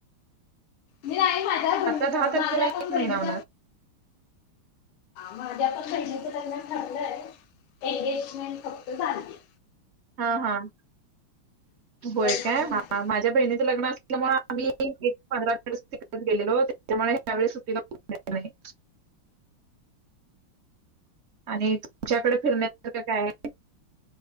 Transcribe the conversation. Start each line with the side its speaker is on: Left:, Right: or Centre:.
Left: मी नाही माझ्या बहिणी
Right: आता दहा तारखेला
Left: माझ्या पण
Right: एक
Left: बहिणीच
Right: महिना होणार.
Left: माझ्या बहिणीच लग्न ठरलंय. एंगेजमेंट फक्त झालिए.
Right: ह, हं. होय
Left: लग्न
Right: काय?
Left: अजून
Right: हा
Left: नाही
Right: माझ्या बहिणीचं लग्न अस त्यामुळे आम्ही एक पंधरा दिवस तिकडेच गेलेलो. त्याच्यामुळे ह्यावेेळी सुटीला कुठेचं नाही आणि तुमच्याकडे फिरण्यासारखं काय आहे?